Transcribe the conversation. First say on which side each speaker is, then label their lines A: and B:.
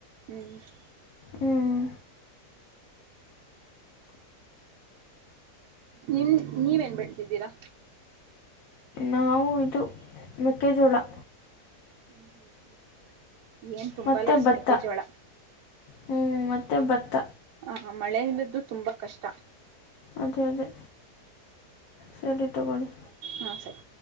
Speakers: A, on the right; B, on the left.
A: ಹ್ಮ್.
B: ಹ್ಮ್.
A: ನಿನ್ ನೀವೇನ್ ಬೆಳ್ದಿದ್ದೀರಾ.
B: ನಾವು ಇದು ಮೆಕ್ಕೆಜೋಳ.
A: <inaudible> ಏನ್
B: ಹ್ಮ್
A: ತುಂಬಾ
B: ಮತ್ತೆ
A: ಲಾಸ್
B: ಭತ್ತ
A: ಮೆಕ್ಕೆಜೋಳ
B: ಹ್ಮ ಮತ್ತೆ ಭತ್ತ.
A: ಹ ಮಳೆೆಯಿಂದದ್ದು ತುಂಬಾ ಕಷ್ಟ.
B: ಅದೇ ಅದೇ ಸರಿ ತಗೋಳಿ.
A: ಹಾ ಸರಿ.